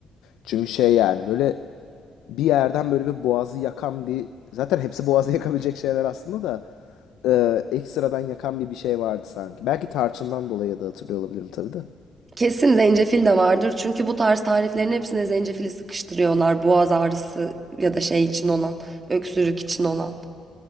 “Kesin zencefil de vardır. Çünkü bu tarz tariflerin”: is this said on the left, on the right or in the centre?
Right